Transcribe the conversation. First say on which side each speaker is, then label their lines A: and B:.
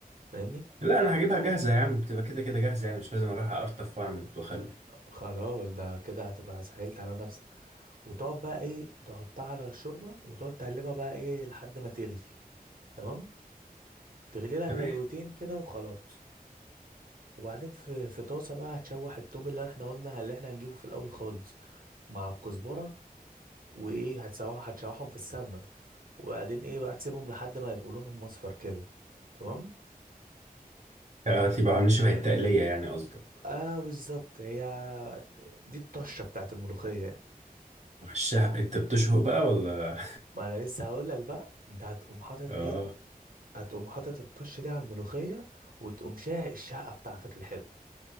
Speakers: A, on the right; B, on the right.
A: فاهمني
B: لا انا هجيبها جاهزه يا عم بتبقى كده كده جاهزه يعني مش لازم اروح ارطف واعمل واخلي
A: خلاص ده كده هتبقى سهلت على نفسك وتقعد بقى ايه تحطها على الشوربة وتقعد تقلبها بقى ايه لحد ما تغلي تمام تغلي لها غلوتين
B: تمام
A: كده وخلاص وبعدين في في طاسة بقى هتشوح التوم اللي احنا قلنا اللي احنا هنجيبه في الاول خالص مع الكزبرة وايه هتسوح هتشوحهم في السمنة وبعدين ايه بقى تسيبهم لحد ما يبقوا لونهم اصفر كده تمام
B: آه، تبقى عاملين شبه التقليه يعني قصدك
A: اه بالظبط هي دي الطشة بتاعت الملوخية يعني.
B: وشها انت بتشهق بقى ولا
A: ما انا لسه هقول لك بقى انت هتقوم
B: <laughs>
A: حاطط
B: اه
A: ايه هتقوم حاطط الطشة دي على الملوخية وتقوم شاهق الشهقة بتاعتك الحلو